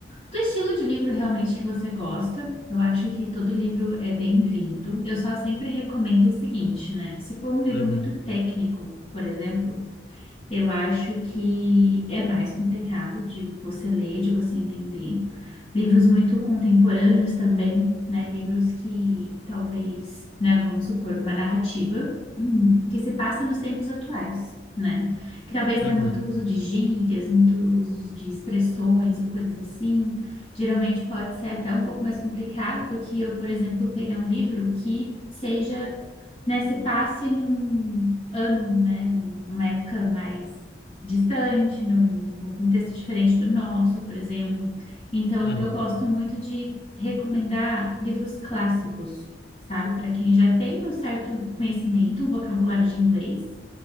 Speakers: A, on the left (about 40°); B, on the left (about 65°).
A: do estilo de livro realmente que você gosta. Eu acho que todo livro é bem-vindo. Eu só sempre recomendo o seguinte, né? Se for um livro
B: Uhum,
A: muito técnico, por exemplo, Eu acho que é mais complicado de você ler, de você entender. Livros muito contemporâneos também, né? Livros que talvez, né, vamos supor, uma narrativa hum, que se passa nos tempos atuais, né? Que talvez
B: uhum,
A: tenha muito uso de gírias, muito uso de expressões e coisas assim. Geralmente pode ser até um pouco mais complicado do que eu, por exemplo, pegar um livro que seja né, se passe num ano, né, num- numa época mais distante, num, num contexto diferente do nosso, por exemplo. Então,
B: uhum,
A: eu gosto muito de recomendar livros clássicos, sabe, para quem já tem um certo conhecimento, um vocabulário de inglês,